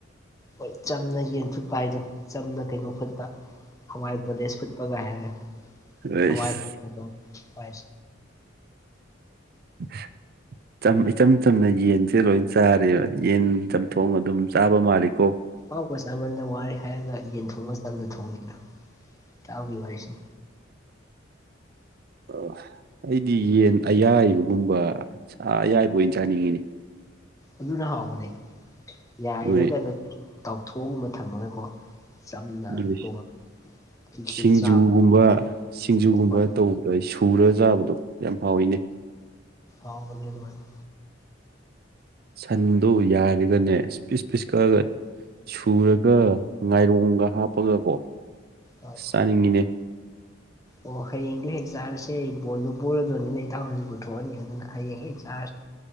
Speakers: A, on the left (about 15°); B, on the right (about 50°).
A: ꯍꯣꯏ ꯆꯝꯅ ꯌꯦꯟ ꯐꯨꯠꯄ ꯍꯥꯏꯗꯣ ꯆꯝꯅ ꯀꯩꯅꯣ ꯐꯨꯠꯄ ꯍꯋꯥꯏ ꯗꯦꯁ ꯐꯨꯠꯄꯒ ꯍꯥꯏ
B: ꯑꯩꯁ
A: ꯍꯋꯥꯏ ꯆ ꯍꯋꯥ
B: <unintelligible> ꯏꯆꯝ ꯆꯝꯅ ꯌꯦꯟꯁꯦ ꯂꯣꯏ ꯆꯥꯔꯦꯕ ꯌꯦꯟ ꯆꯝꯊꯣꯡ ꯑꯗꯨꯝ ꯆꯥꯕ ꯃꯥꯜꯂꯤꯀꯣ
A: ꯑꯥꯎ ꯀꯣꯏ ꯁꯃꯟꯗ ꯋꯥꯔꯦ ꯍꯥꯏꯔꯒ ꯌꯦꯟ ꯊꯣꯡꯕ ꯃꯇꯝꯗ ꯊꯣꯡꯉꯦꯅ ꯏꯇꯥꯎꯒꯤ ꯋꯥꯔꯤꯁꯦ
B: ꯑ ꯑꯩꯗꯤ ꯌꯦꯟ ꯑꯌꯥꯏꯕꯒꯨꯝꯕ ꯑꯌꯥꯏꯕ ꯑꯣꯏꯅ ꯆꯥꯅꯤꯡꯉꯤꯅꯤ <unintelligible>
A: ꯑꯗꯨꯅ ꯍꯥꯎꯒꯅꯤ ꯌꯥꯏꯔꯒ
B: ꯅꯣꯏ
A: ꯅ ꯇꯥꯎꯊꯣꯛꯑꯒꯨꯝꯕ ꯊꯝꯃꯒꯀꯣ ꯆꯝꯅ
B: ꯑꯗꯨꯗꯤ
A: ꯊꯣꯡꯉ ꯐꯤꯒꯤ
B: ꯁꯤꯡꯖꯨꯒꯨꯝꯕ
A: ꯆꯥꯕ
B: ꯁꯤꯡꯖꯨꯒꯨꯝꯕ
A: ꯍꯣꯏ
B: ꯇꯧꯕꯗ ꯑꯩ ꯄꯨꯔꯒ ꯆꯥꯕꯗꯣ ꯌꯥꯝ ꯍꯥꯎꯋꯤꯅꯦ
A: ꯑꯥꯎ ꯅꯤ ꯃꯥꯏꯅ
B: ꯁꯟꯗꯣ ꯌꯥꯔꯒꯅꯦ ꯄꯤꯁ ꯄꯤꯁ ꯀꯛꯑꯒ ꯁꯨꯔꯒ ꯉꯥꯏꯔꯣꯡꯒ ꯍꯥꯞꯄꯒꯀꯣ
A: ꯍꯣꯏ
B: ꯑ ꯆꯥꯅꯤꯡꯉꯤꯅꯦ
A: ꯑꯣ ꯍꯌꯦꯡꯗꯨꯣ ꯍꯦꯛ ꯆꯥꯔꯁꯦ ꯑꯩ ꯕꯣꯟꯗꯨ ꯄꯨꯔꯗꯣꯏꯅꯤꯅ ꯏ ꯊꯥꯎ ꯍꯧꯖꯤꯛ ꯄꯨꯊꯣꯛꯑꯅꯤ ꯑꯗꯨꯅꯥ ꯍꯌ‌ꯦꯡ ꯆꯥꯔꯁ